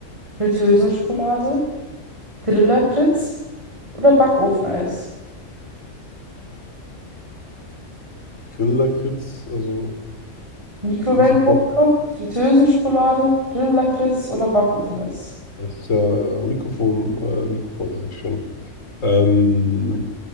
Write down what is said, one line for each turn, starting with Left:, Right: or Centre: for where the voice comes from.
Right: Fritteusen-Schokolade, Grillakritz oder Backofeneis?
Left: Grillakritz, also
Right: Mikrowellenpopcorn,
Left: unfassbar.
Right: Fritteusen-Schokolade, Grillakritz oder Backofeneis?
Left: Das ist ja äh, Mikrofon, äh, Mikrofon sage ich schon. Ähm,